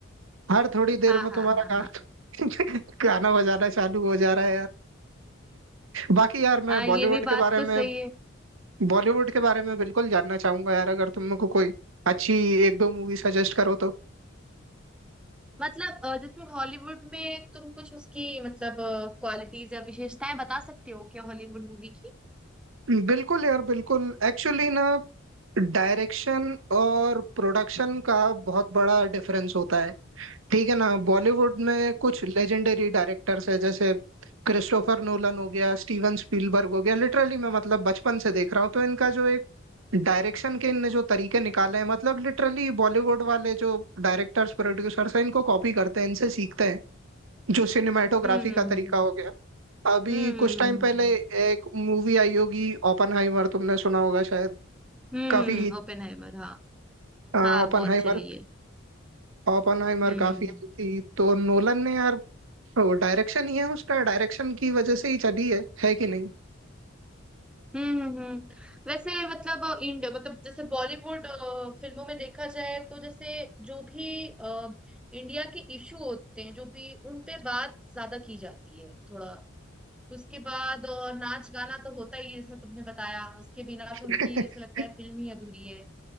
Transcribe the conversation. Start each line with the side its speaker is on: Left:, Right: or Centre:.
Right: हर थोड़ी देर
Centre: हाँ
Right: में
Centre: हाँ
Right: तुम्हारा
Centre: हाँ
Right: गाना
Centre: हाँ
Right: <laughs> गाना बजाना चालू हो जा रहा है यार बाकी यार मैं
Centre: हाँ
Right: बॉलीवुड
Centre: ये भी बात
Right: के बारे
Centre: तो
Right: में
Centre: सही है
Right: बॉलीवुड के बारे में बिल्कुल जानना चाहूंगा यार अगर तुम मेरे को कोई अच्छी एक दो मूवी सजेस्ट करो तो
Centre: मतलब अ, जैसे हॉलीवुड में तुम कुछ उसकी मतलब क्वालिटीज या विशेषताएं बता सकते हो क्या हॉलीवुड मूवी की
Right: बिल्कुल यार बिल्कुल एक्चुअली ना डायरेक्शन और प्रोडक्शन का बहुत बड़ा डिफरेंस होता है ठीक है ना बॉलीवुड में कुछ लेजेंडरी डायरेक्टर्स है जैसे क्रिस्टोफर नोलन हो गया स्टीवन स्पीलबर्ग हो गया लिटरली मैं मतलब बचपन से देख रहा हूँ तो इनका जो एक डायरेक्शन के इनने जो तरीके निकाले हैं मतलब लिटरली बॉलीवुड वाले जो डायरेक्टर्स प्रोड्यूसर्स हैं इनको कॉपी करते हैं इनसे सीखते हैं जो सिनेमाटोग्राफी
Centre: हम्म
Right: का तरीका
Centre: हम्म
Right: हो गया अभी
Centre: हम्म
Right: कुछ
Centre: हम्म
Right: टाइम पहले
Centre: हम्म
Right: एक मूवी आई होगी ओपनहाइमर तुमने सुना होगा शायद
Centre: हम्म
Right: काफी
Centre: ओपेनहाइमर हाँ
Right: ओपनहाइमर
Centre: हाँ बहुत चली है
Right: ओपनहाइमर
Centre: हम्म
Right: काफी आई थी तो नोलन ने यार तो डायरेक्शन ही है उसका डायरेक्शन की वजह से ही चली है है कि नहीं
Centre: हम्म हम्म, हम्म। वैसे मतलब अ, इंड मतलब जैसे बॉलीवुड अ, फिल्मों में देखा जाए तो जैसे जो भी अ, इंडिया के इशू होते हैं जो भी उन पे बात ज्यादा की जाती है थोड़ा उसके बाद अ, नाच गाना तो होता ही है जैसा तुमने बताया उसके बिना
Right: <laughs>
Centre: तो उनकी जैसे लगता है फिल्म ही अधूरी है